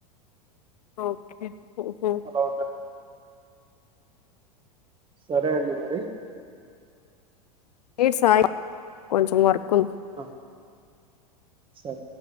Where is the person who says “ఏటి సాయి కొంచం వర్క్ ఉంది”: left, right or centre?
Left